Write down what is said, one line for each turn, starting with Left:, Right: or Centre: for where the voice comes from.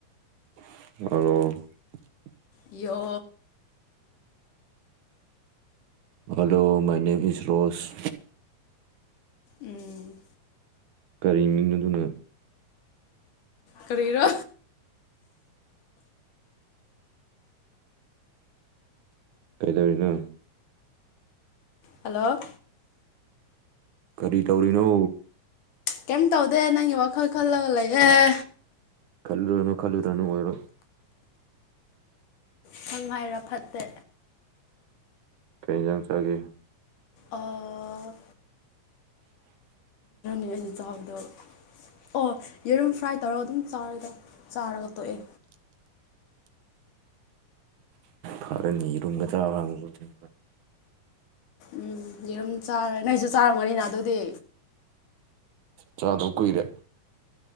Right: ꯑꯣ
Left: ꯌ
Right: ꯍꯜꯂꯣ ꯃꯥꯏ ꯅꯅꯤꯝ ꯏꯁ ꯔꯣꯁ
Left: ꯎꯝ
Right: ꯀꯔꯤꯃꯤꯗꯨꯅ
Left: ꯀꯔꯤꯔꯣ
Right: ꯀꯩꯗꯧꯔꯤꯅꯣ
Left: ꯍꯜꯂꯣ
Right: ꯀꯔꯤ ꯇꯧꯔꯤꯅꯣ
Left: ꯀꯩꯝ ꯇꯧꯗꯦ ꯅꯪꯒꯤ ꯋꯥꯈꯜ ꯈꯜꯂꯒ ꯂꯩꯑꯦ
Right: ꯈꯜꯂꯨꯔꯅꯣ ꯈꯜꯂꯨꯔꯅꯨ ꯑꯣꯏꯔꯣ
Left: ꯁꯪ ꯍꯥꯏꯥꯏꯔ ꯐꯠꯇꯦ
Right: ꯀꯩ ꯆꯪ ꯆꯒꯦ
Left: ꯑꯥ ꯑꯩ ꯑꯩꯅ ꯆꯥꯕꯗꯣ ꯑꯣ ꯌꯦꯔꯨꯝ ꯐ꯭ꯔꯥꯏ ꯇꯧꯔꯒ ꯑꯗꯨꯝ ꯆꯥꯔꯗ ꯆꯥꯔꯒ ꯇꯣꯛꯑꯦ
Right: <unintelligible> ꯐꯥꯔꯅꯤꯔꯨꯝꯒꯗ ꯍꯪꯔ
Left: ꯎꯝ ꯌꯦꯔꯨꯝ ꯆꯥꯔꯦ ꯅꯣꯏꯁꯨ ꯆꯥꯔꯝꯒꯅꯤꯅ ꯑꯗꯨꯗꯤ
Right: ꯆꯥꯗ ꯀꯨꯏꯔꯦ